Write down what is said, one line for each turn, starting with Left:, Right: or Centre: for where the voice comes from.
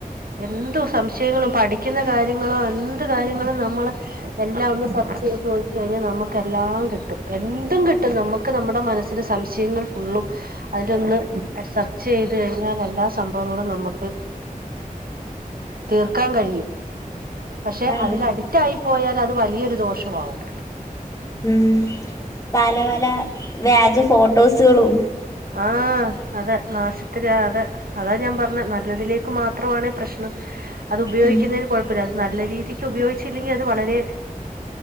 Right: എന്തു സംശയങ്ങളും പഠിക്കുന്ന കാര്യങ്ങളോ എന്ത് കാര്യങ്ങളും നമ്മള് എല്ലാഒന്ന് സർച്ചെയ്ത് നോകികഴിഞ്ഞ നമ്മെക്കെല്ലാം കിട്ടും എന്തും കിട്ടും നമുക്ക് നമ്മുടെ മനസിൽ സംശയങ്ങൾ ഫുള്ളും അതിന്റ ഒന്ന് അ സെർചെയ്ത് കഴിഞ്ഞാൽ എല്ലാ സംഭവങ്ങളും നമ്മുക്ക് തീർക്കാൻ കഴിയും പക്ഷെ
Left: അതെ
Right: അതിലഡിറ്റായി പോയാൽ അത് വലിയൊരു ദോഷവാവും
Left: ഉം പല വല വ്യാജ ഫോട്ടോസുകളും
Right: ആ അതെ നാശത്തില് അതെ അതാ ഞാ പറഞ്ഞെ നല്ലതിലേക്ക് മാത്രണേ പ്രശ്ന അത് ഉപയോഗിക്കുന്നെന്
Left: ഉം
Right: കൊഴപ്പല്ല അത് നല്ല രീതിക്ക് ഉപയോയിച്ചില്ലെങ്കി അത് വളരെ